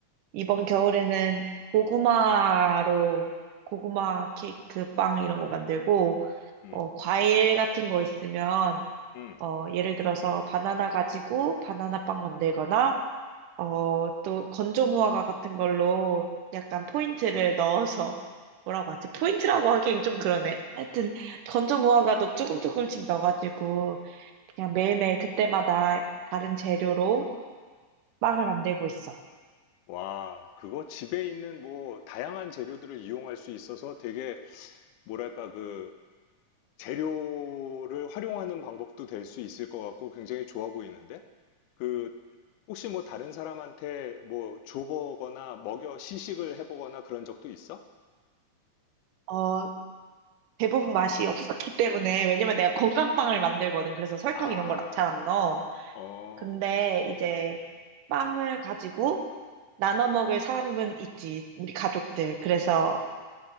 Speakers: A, on the right (about 80°); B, on the left (about 80°).
A: 이번 겨울에는 고구마로 고구마 케이크 빵 이런 거 만들고
B: 음,
A: 어, 과일 같은 거 있으면
B: 음.
A: 어, 예를 들어서 바나나 가지고 바나나 빵 만들거나 어, 또 건조 무화과 같은 걸로 약간 포인트를 <laughs> 넣어서 뭐라고 하지? 포인트라고 하기엔 좀 그러네. 하여튼 건조 무화과도 조금 조금씩 넣어가지고 그냥 매일매일 그때마다 다른 재료로 빵을 만들고 있어.
B: 와, 그거 집에 있는 뭐, 다양한 재료들을 이용할 수 있어서 되게, 뭐랄까, 그, 재료를 활용하는 방법도 될 수 있을 것 같고 굉장히 좋아 보이는데? 그, 혹시 뭐 다른 사람한테 뭐 줘보거나 먹여 시식을 해보거나 그런 적도 있어?
A: 어, 대부분 맛이 없었기 때문에 왜냐면 내가 건강빵을 만들거든. 그래서 설탕
B: 아,
A: 이런 걸 잘 안 넣어.
B: 어,
A: 근데 이제 빵을 가지고 나눠 먹을 사람은 있지. 우리 가족들. 그래서